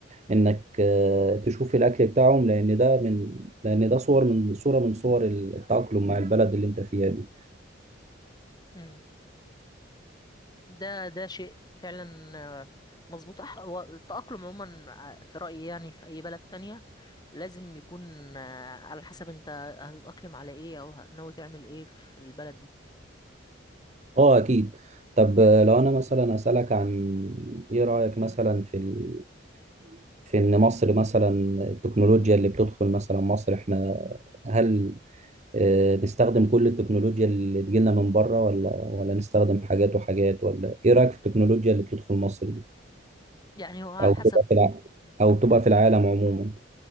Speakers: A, on the right; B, on the left.
A: انك آه، تشوف الاكل بتاعهم لان ده من لان ده صور من صوره من صور التأقلم مع البلد اللي انت فيها دي
B: مم. ده ده شيء فعلا آه، مظبوط أح- هو التأقلم عموما آه، في رأيي يعني في أي بلد تانية لازم يكون آه، على حسب انت هتتأقلم على ايه او ه- ناوي تعمل ايه في البلد دي
A: اه اكيد طب آه، لو انا مثلا اسالك عن ايه رايك مثلا في ال... في ان مصر مثلا التكنولوجيا اللي بتدخل مثلا مصر احنا هل آه، نستخدم كل التكنولوجيا اللي تجيلنا من بره ولا ولا نستخدم حاجات وحاجات ولا ايه رايك في التكنولوجيا اللي بتدخل مصر دي
B: يعني هو على
A: او
B: حسب
A: بتبقى في الع... او بتبقى في العالم عموما